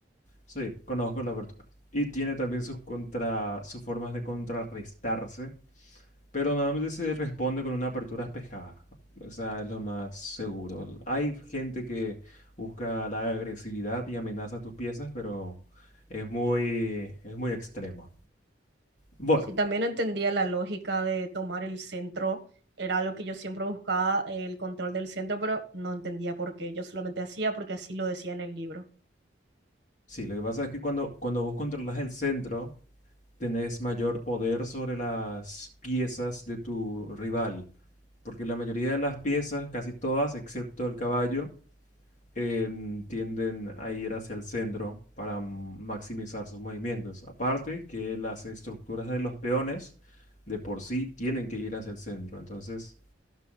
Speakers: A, on the left; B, on the right.
A: Sí, conozco la apertura. Y tiene también sus, contra, sus formas de contrarrestarse, pero normalmente se responde con una apertura espejada. O sea, es lo más seguro. Hay gente que busca la agresividad y amenaza tus piezas, pero es muy, es muy extremo. Bueno,
B: Sí, también entendía la lógica de tomar el centro, era algo que yo siempre buscaba, el control del centro, pero no entendía por qué, yo solamente hacía porque así lo decía en el libro.
A: sí, lo que pasa es que cuando, cuando vos controlas el centro, tenés mayor poder sobre las piezas de tu rival, porque la mayoría de las piezas, casi todas, excepto el caballo, em, tienden a ir hacia el centro para maximizar sus movimientos. Aparte que las estructuras de los peones de por sí tienen que ir hacia el centro. Entonces,